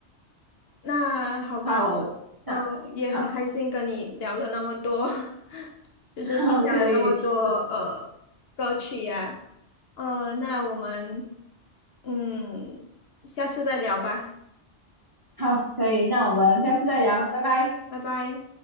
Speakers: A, on the left; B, on the right.
A: 那好吧，
B: 好，那好，
A: 呃，也很开心跟你聊了那么多，<laughs>
B: <laughs>
A: 就是分享了那么多呃歌曲呀、
B: 好可以，这
A: 呃，那我们嗯下次再聊吧，
B: 好可以，那我们下次再聊，拜拜。
A: 拜拜。